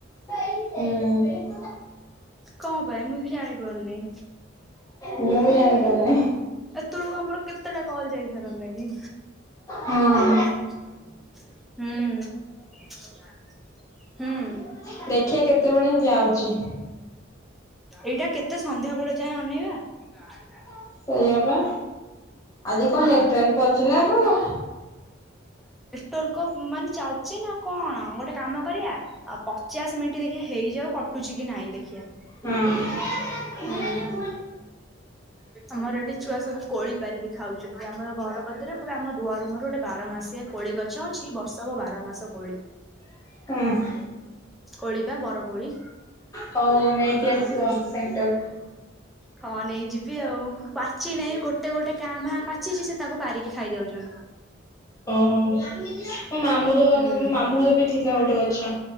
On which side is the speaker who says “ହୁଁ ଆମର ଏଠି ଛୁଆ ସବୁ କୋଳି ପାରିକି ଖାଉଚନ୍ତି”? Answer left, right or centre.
Centre